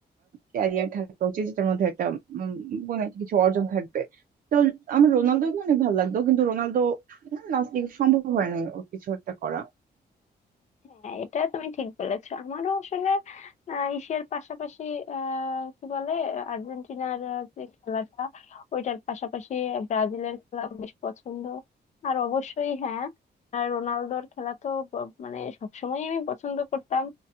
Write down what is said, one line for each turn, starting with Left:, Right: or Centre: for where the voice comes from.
Right: ক্যারিয়ার থাকা উচিত যেটার মধ্যে একটা উম, কোনো একটা কিছু অর্জন থাকবে তো আমার রোনালদোকে অনেক ভালো লাগতো কিন্তু রোনালদো লাস্ট সম্ভব হয়নি ওর কিছু একটা করা
Left: হ্যাঁ এটা তুমি ঠিক বলেছো আমারও আসলে আহ, এশিয়ার পাশাপাশি আহ, কি বলে আর্জেন্টিনার আহ, যে খেলাটা ওইটার পাশাপাশি ব্রাজিলের খেলা বেশ পছন্দ আর অবশ্যই হ্যাঁ আর রোনালদোর খেলা তো ব- মানে সবসময় আমি পছন্দ করতাম